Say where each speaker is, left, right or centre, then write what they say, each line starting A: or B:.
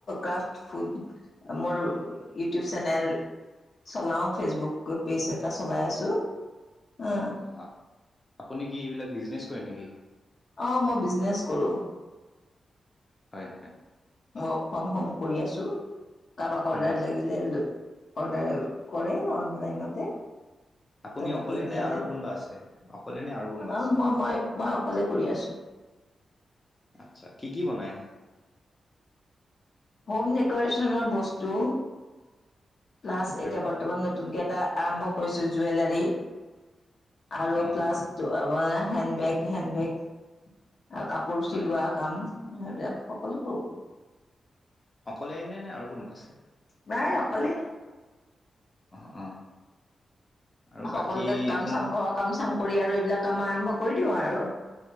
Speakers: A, on the left; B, on the left.
A: ক্ৰাফট ফুড মোৰ ইউটিউব চেনেল চলাও ফেচবুক পেজ এটা চলাই আছোঁ। অ'।
B: অ' আপুনি কি এইবিলাক বিজনেছ কৰে নেকি?
A: অ' মই বিজনেচ কৰোঁ।
B: হয়।
A: ৱৰ্ক ফ্ৰম হোম কৰি আছোঁ, কাৰোবাক
B: উম।
A: অৰ্ডাৰ লাগিলে অৰ্ডাৰ কৰে অনলাইনতে।
B: আপুনি
A: তেনেকেই
B: অকলে
A: দিয়া
B: নে আৰু
A: যায়।
B: কোনোবা আছে? অকলে নে আৰু কোনোবা
A: অ'
B: আছে?
A: মই মই মই অকলে কৰি আছোঁ।
B: আচ্ছা। কি কি বনাই?
A: হোম ডেক'ৰেচনৰ বস্তু। প্লাছ এতিয়া
B: আৰু?
A: বৰ্তমান নতুনকে এটা আৰম্ভ কৰিছোঁ জুৱেলাৰী। আৰু
B: অ',
A: প্লাছ
B: অ',
A: আপোনাৰ হেণ্ডবেগ হেণ্ডবেগ। আৰু কাপোৰ
B: হয়
A: চিলোৱা
B: হয়।
A: কাম সেইবিলাক সকলো কৰো।
B: অকলেনে নে আৰু কোনোবা আছে?
A: নাই অকলেই।
B: অ', অ'। আৰু
A: সকলোকে
B: বাকী
A: কাম
B: আপোন
A: চাম, ঘৰৰ কাম চাম কৰি আৰু এইবিলাক কাম আৰম্ভ কৰি দিওঁ আৰু।